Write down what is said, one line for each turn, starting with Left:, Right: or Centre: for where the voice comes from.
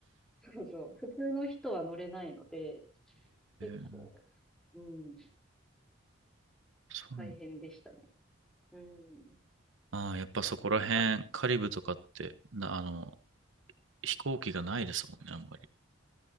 Centre: そうそう。普通の人は乗れないので、結構、
Right: ええ
Centre: うん、
Right: そう。
Centre: 大変でしたね。うん。
Right: ああ、やっぱそこら辺、
Centre: なんか、
Right: カリブとかって、な、あの、飛行機がないですもんね、あんまり。